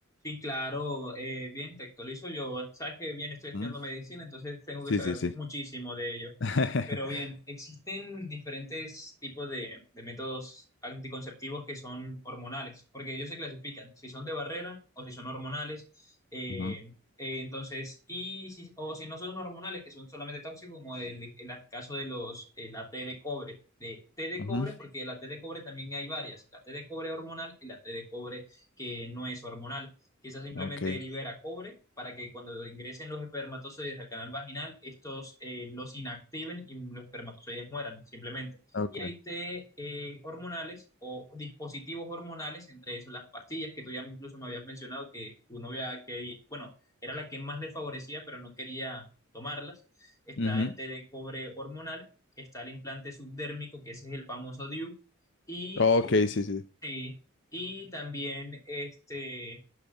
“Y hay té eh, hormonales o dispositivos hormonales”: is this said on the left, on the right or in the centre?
Left